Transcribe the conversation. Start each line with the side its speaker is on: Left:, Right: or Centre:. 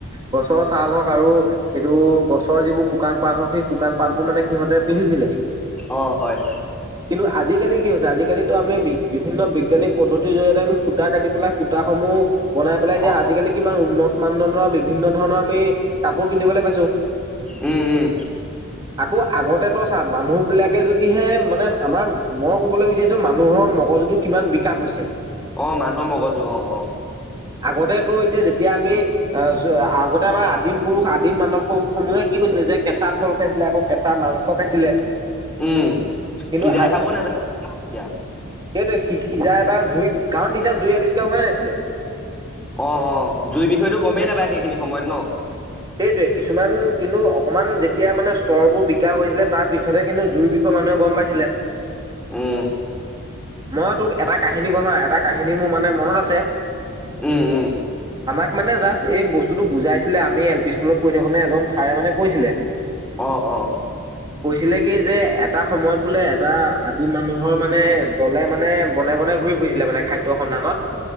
Right: গছৰ ছাল হওঁক আৰু এইটো গছৰ যিবোৰ শুকান পাত হওঁক সেই শুকান পাত বোৰ মানে সিহতে পিন্ধিছিলে।
Centre: অ', হয়।
Right: কি আজিকালি কি হৈছে আজিকালিতো আমি বি বিভিন্ন বিজ্ঞানিক পদ্ধতিৰ জৰিয়তে আমি সূতা কাটি পেলাই সূতা সমূহ বনাই পেলাই এতিয়া
Centre: অ
Right: আজিকালি কিমান উন্নত মানদণ্ডৰ বিভিন্ন ধৰণৰ আমি কাপোৰ পিন্ধিবলৈ পাইছো।
Centre: উম উম
Right: আকৌ আগতে তো চা, মানুহ বিলাকে যদিহে মানে আমাৰ মই কবলৈ বিচাৰিছো মানুহৰ কগজুটো কিমান বিকাশ হৈছে,
Centre: অ মানুহৰ মগজু অ অ।
Right: আগতে তো এতিয়া যেতিয়া আমি, আগতে আমাৰ আদিম পুৰুষ আদিম মানৱ সমূহে কি কৈছিলে যে, কেঁচা ফল খাইছিলে, আকৌ কেঁচা মাংস খাইছিলে।
Centre: উম।
Right: কিন্তু
Centre: সিজাই খাব নাযায়োতিয়া <unintelligible>
Right: সেইটো সি সিজাই বা জুইত, কাৰণ তেতিয়া জুই আৱিষ্কাৰ হোৱাই নাছিলে।
Centre: অ অ জুই বিষয়টো গমেই নাপায় সেইখিনি সময়ত ন,
Right: সেইটয়ে কিছুমান কিন্তু অকনমান যেতিয়া মানে স্তৰবোৰ বিকা হৈছিলে, তাৰ পিছতহে কিন্তু জুই বিষয় মানুহে গম পাইছিলে,
Centre: উম।
Right: মই তোক এটা কাহিনী কম হা, এটা কাহিনী মোৰ মানে মনত আছে,
Centre: উম। উম।
Right: তাক মানে জাষ্ট এই বস্তুতটো বুজাইছিলে, আমি এল পি স্কুলত পঢ়ি থাকোতে এজন ছাৰে মানে কৈছিলে।
Centre: অ অ
Right: কৈছিলে কি যে, এটা সময়ত বোলে এটা আদি মানুহৰ মানে দলে মানে বনে-বনে ঘূৰি ফুৰিছিলে মানে খাদ্যয় সন্ধানত।